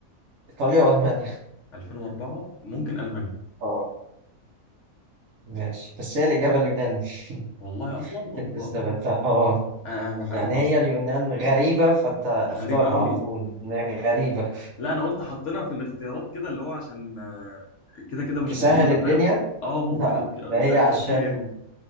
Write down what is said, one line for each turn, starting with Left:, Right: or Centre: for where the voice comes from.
Right: إيطاليا وألمانيا
Left: 2004 ممكن المانيا
Right: اه ماشي بس هي الإجابة اليونان
Left: والله اصلا
Right: <laughs>
Left: اوبا
Right: أنت استبعدتها اه
Left: انا بح...
Right: يعني هي
Left: أصلا
Right: اليونان غريبة فأنت اختارها
Left: غريبه قوي
Right: على طول إنها غريبة
Left: لا انا قلت حطينا في الاختيارات كده اللي هو عشان آه، كده كده مش
Right: تسهل
Left: موجوده
Right: الدنيا
Left: فاهم اه ممكن
Right: لا
Left: اوكي آه،
Right: ده
Left: ده
Right: هي
Left: التفكير
Right: عشان
Left: يعني